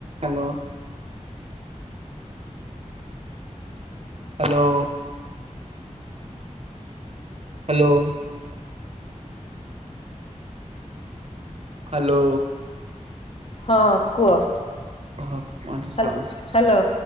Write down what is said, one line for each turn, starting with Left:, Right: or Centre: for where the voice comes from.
Right: Hello. Hello. Hello. Hello.
Left: ହଁ କୁହ।
Right: ଓହୋ ମୁଁ କହୁଚି ସାଉଣ୍ଡ
Left: ହାଲ ହାଲୋ